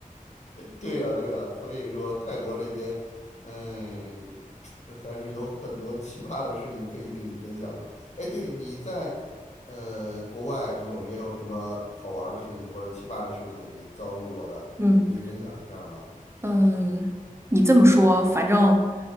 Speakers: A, on the left; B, on the right.
A: 对呀，对呀，所以说泰国这边，哎，<tsk> 还是有很多奇葩的事情可以跟你分享的。哎，对，你在呃国外有没有什么好玩儿的事情或者奇葩的事情你遭遇过的，
B: 嗯。
A: 可以分享一下儿吗？
B: 嗯，你这么说，反正，